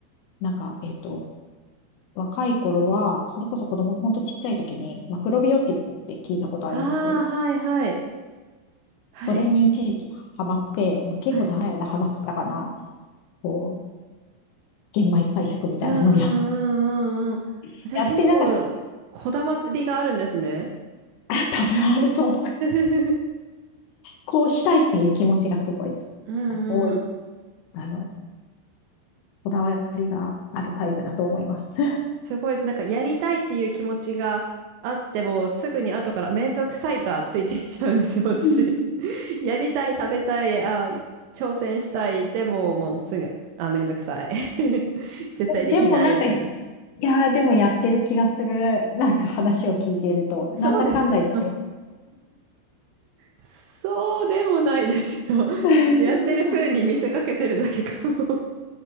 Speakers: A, on the left; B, on the right.
A: なんか、えっと、若い頃は、それこそ子供のほんとちっちゃい時に、マクロビオティックって聞いたことあります
B: うん。ああ、はいはい。はい。
A: それに一時期ハマって、まあ、結構長い間ハマってたかな。
B: はい。
A: こう、玄米菜食みたいなのをやって、
B: うんうんうんうんうん。
A: <laughs>
B: じゃあ結構こだわりがあるんですね。
A: やって、だから、あ多分あると思う。
B: <laughs>
A: こうしたいっていう気持ちがすごい、
B: うんうん。
A: 多い、あの、こだわりがあるタイプだと思います。
B: すごいです。なんかやりたいっていう気持ちがあっても、すぐに後からめんどくさいがついていっちゃうんですよ、私。
A: <laughs>
B: <laughs> やりたい、食べたい、あ、挑戦したい、でももうすぐ、あ、めんどくさい。<laughs> 絶対できないみたいな。
A: でもなんか、いやーでもやってる気がする。なんか話を聞いていると、
B: そうですか。
A: なんだかんだ言って。
B: あそうでもないですよ。<laughs>
A: <laughs>
B: やってる風に見せかけてるだけかも。